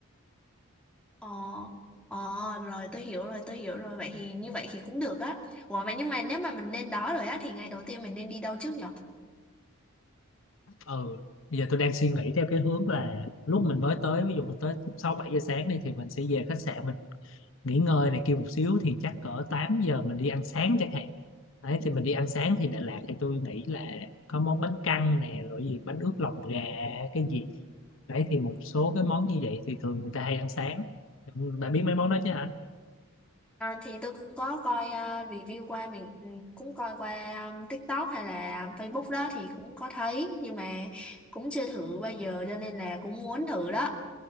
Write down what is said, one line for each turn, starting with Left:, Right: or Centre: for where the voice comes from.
Centre: Ờ, ờ, rồi tôi hiểu rồi, tôi hiểu rồi. Vậy thì như vậy thì cũng được á. Ủa, vậy nhưng mà nếu mà mình lên đó rồi á, thì ngày đầu tiên mình nên đi đâu trước nhở?
Left: ừ bây giờ tôi đang suy nghĩ theo cái hướng là lúc mình mới tới ví dụ mình tới sáu bảy giờ sáng đi thì mình sẽ về khách sạn mình nghỉ ngơi này kia một xíu thì chắc cỡ 8 giờ mình đi ăn sáng chẳng hạn đấy thì mình đi ăn sáng thì Đà Lạt thì tôi nghĩ là có món bánh căn nè rồi gì bánh ướt lòng gà cái gì đấy thì một số cái món như vậy thì thường người ta hay ăn sáng Ừ, bà biết mấy món đó chứ hả
Centre: À, thì tôi cũng có coi à, review qua, mình ừ, cũng coi qua um, TikTok hay là Facebook đó thì cũng có thấy. Nhưng mà cũng chưa thử bao giờ cho nên là cũng muốn thử đó.